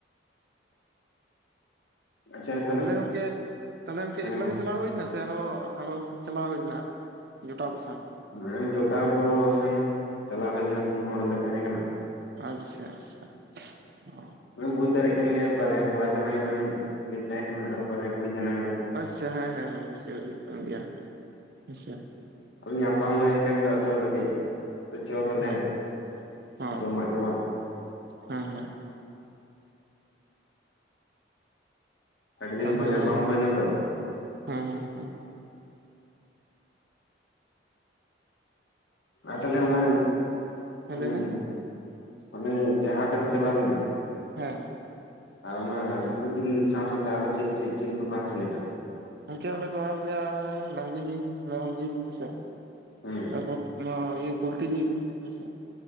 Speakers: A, on the left (about 85°); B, on the right (about 55°).
A: ᱟᱪᱪᱷᱟ,
B: ᱛᱟᱦᱚᱞᱮ ᱜᱚᱢᱠᱮ ᱛᱟᱦᱚᱞᱮ ᱜᱚᱢᱠᱮ
A: ᱦᱮᱸ
B: ᱮᱠᱞᱟ ᱜᱮ ᱪᱟᱞᱟᱣ ᱦᱩᱭᱱᱟ? ᱥᱮ ᱟᱨᱦᱟ ᱟᱨᱚ ᱪᱟᱞᱟᱣ ᱦᱩᱭ ᱞᱮᱱᱟ ᱡᱚᱴᱟᱣ ᱠᱚ ᱥᱟᱝ?
A: ᱦᱮᱸ ᱡᱚᱴᱟᱣ ᱠᱚ ᱥᱟᱝ ᱪᱟᱞᱟᱣ ᱦᱩᱭ ᱞᱮᱱᱟ ᱯᱩᱱ ᱦᱚᱲᱞᱮ ᱛᱟᱦᱮᱸ ᱠᱟᱱᱟ᱾
B: ᱟᱪᱪᱷᱟ ᱟᱪᱪᱷᱟ ᱚ᱾
A: ᱵᱩᱡ ᱫᱟᱲᱮᱭᱟᱜ ᱠᱟᱱ ᱜᱮᱭᱟ ᱵᱟᱨᱭᱟ ᱠᱚᱲᱟ ᱡᱟᱱᱟᱝ ᱨᱮᱱ ᱞᱤᱧ ᱛᱟᱦᱮᱸ ᱠᱟᱱᱟ ᱟᱨ ᱵᱟᱨᱭᱟ ᱠᱩᱲᱤ ᱡᱟᱱᱟᱝ ᱨᱮᱱ᱾
B: ᱥᱮ ᱦᱮᱸ ᱦᱮᱸ ᱦᱮᱸ ᱢᱩᱡᱷᱟᱹᱣ ᱦᱩᱭᱩᱜ ᱠᱟᱱ ᱜᱮᱭᱟ ᱦᱮᱸᱥᱮ᱾
A: ᱟᱫᱚ ᱧᱟᱯᱟᱢ ᱦᱩᱭᱮᱱ ᱠᱷᱟᱱ ᱫᱚ ᱟᱫᱚ ᱠᱟᱹᱴᱤᱡᱪᱚ ᱛᱚᱞᱮ
B: ᱦᱮᱸ ᱦᱮᱸ
A: ᱡᱚᱢᱟᱜ ᱜᱮᱵᱚᱱ᱾
B: ᱦᱮᱸ ᱦᱮᱸ᱾
A: ᱥᱟᱴ ᱫᱤᱱ
B: ᱛᱟᱦᱚᱞᱮ
A: ᱯᱚᱨ ᱧᱟᱯᱟᱢ ᱦᱩᱭᱱᱟᱛᱚ᱾
B: ᱦᱮᱸ ᱦᱮᱸ᱾
A: ᱟᱨ ᱛᱟᱦᱚᱞᱮ ᱚᱱᱟ
B: ᱦᱮᱸ
A: ᱦᱩᱸ
B: ᱞᱟᱹᱭ ᱵᱮᱱ
A: ᱦᱩᱸ ᱚᱱᱮ ᱡᱟᱦᱟᱴᱮᱢ ᱪᱟᱞᱟᱣ ᱞᱮᱱᱟ,
B: ᱦᱮᱸ᱾
A: ᱟᱨ ᱚᱱᱟ ᱥᱩᱠᱨᱤ ᱡᱤᱞ ᱥᱟᱶ ᱥᱟᱶᱛᱮ ᱟᱨᱚ ᱪᱮᱫ ᱪᱮᱫ ᱡᱤᱞ ᱠᱚᱠᱚ ᱦᱟᱹᱴ ᱞᱮᱫᱟ?
B: ᱜᱚᱝᱠᱮ ᱚᱸᱰᱮ ᱫᱚ ᱰᱟᱹᱝᱨᱤ ᱡᱤᱞ ᱢᱮᱨᱚᱢ ᱡᱤᱞ ᱦᱮᱸᱥᱮ᱾
A: ᱦᱮᱸ
B: ᱛᱯᱚᱨ ᱱᱚᱶᱟ ᱤᱭᱟᱹ ᱯᱳᱞᱴᱨᱤ ᱡᱤᱞ ᱦᱮᱸᱥᱮ